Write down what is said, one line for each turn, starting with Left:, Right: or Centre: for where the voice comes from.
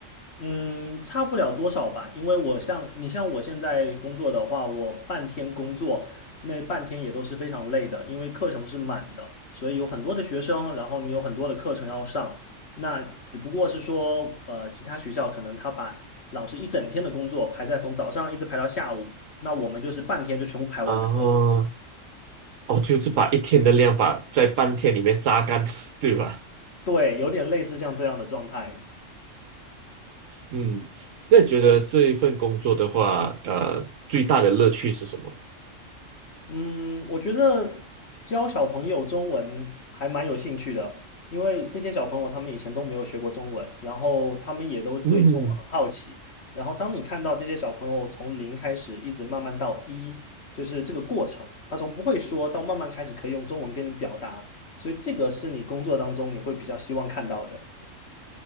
Left: 嗯，差不了多少吧，因为我像你像我现在工作的话，我半天工作，那半天也都是非常累的，因为课程是满的，所以有很多的学生，然后你有很多的课程要上。那只不过是说，呃，其他学校可能他把老师一整天的工作排在从早上一直排到下午，那我们就是半天就全部排完它了。
Right: 啊。哦，就是把一天的量把在半天里面榨干，<laughs> 对吧？
Left: 对，有点类似像这样的状态。
Right: 嗯，那你觉得这一份工作的话，呃，最大的乐趣是什么？
Left: 嗯，我觉得教小朋友中文还蛮有兴趣的，因为这些小朋友他们以前都没有学过中文，然后他们也都对中文很好奇。
Right: 嗯
Left: 然后当你看到这些小朋友从零开始，一直慢慢到一，就是这个过程，他从不会说到慢慢开始可以用中文跟你表达，所以这个是你工作当中你会比较希望看到的。